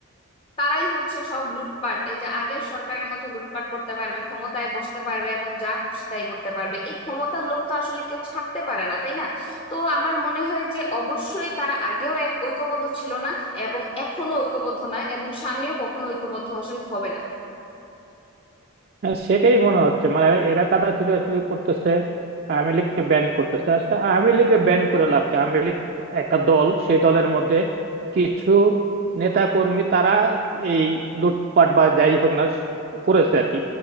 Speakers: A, on the left (about 25°); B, on the right (about 45°).
A: তারাই হচ্ছে সব লুটপাট এই যে আগের সরকারের মতো লুটপাট করতে পারবে ক্ষমতায় বসতে পারবে এবং যা খুশি তাই করতে পারবে এই ক্ষমতার লোভ তো আসলে কেউ ছাড়তে পারে না তাই না তো আমার মনে হয় যে অবশ্যই তারা আগেও এক ঐক্যবদ্ধ ছিল না এবং এখনো ঐক্যবদ্ধ না এবং সামনেও কখনো ঐক্যবদ্ধ আসলে হবে না
B: হ্যাঁ, সেটাই মনে হচ্ছে মানে এরা কাদা ছুটাছুটি করতেছে আওয়ামী লীগকে ব্যান করতেছে আচ্ছা আওয়ামী লীগকে ব্যান করে লাভ কি আওয়ামী লীগ একটা দল সেই দলের মধ্যে কিছু নেতা কর্মী তারা এই লুটপাট বা যাই হোক না করেছে আর কি